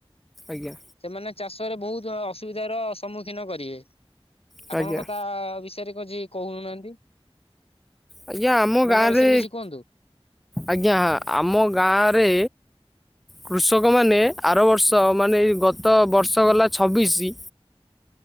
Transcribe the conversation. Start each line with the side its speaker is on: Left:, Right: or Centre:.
Centre: ଆଜ୍ଞା।
Left: ସେମାନେ ଚାଷରେ ବହୁତ ଅ ଅସୁବିଧାର ସମ୍ମୁଖୀନ କରିବେ।
Centre: ଆଜ୍ଞା
Left: ଆପଣଙ୍କ ତା ବିଷୟରେ କିଛି କହୁନାହାନ୍ତି?
Centre: ଆଜ୍ଞା ଆମ
Left: ଆପଣ
Centre: ଗାଁରେ
Left: ତା ବିଷୟରେ କିଛି କୁହନ୍ତୁ?
Centre: ଆଜ୍ଞା, ଆମ ଗାଁରେ କୃଷକମାନେ, ଆର ବର୍ଷ ମାନେ ଏଇ ଗତ ବର୍ଷ ଗଲା ଛବିଶି